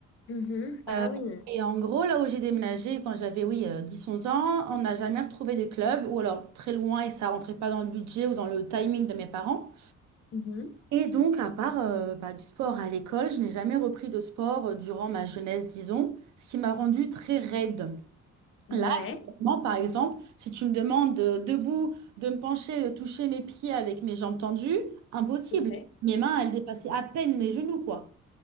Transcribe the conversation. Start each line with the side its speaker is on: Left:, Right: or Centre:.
Left: Mhm. Ah
Right: Euh,
Left: oui.
Right: et en gros, là où j'ai déménagé quand j'avais, oui, euh, dix onze ans, on n'a jamais retrouvé de club ou alors très loin et ça rentrait pas dans le budget ou dans le timing de mes parents.
Left: Mhm.
Right: Et donc, à part euh, bah, du sport à l'école, je n'ai jamais repris de sport euh, durant ma jeunesse, disons, ce qui m'a rendue très raide.
Left: Ouais.
Right: Là, actuellement, par exemple, si tu me demandes de, debout de me pencher, de toucher mes pieds avec mes jambes tendues, impossible.
Left: Ouais.
Right: Mes mains, elles dépassaient à peine mes genoux, quoi.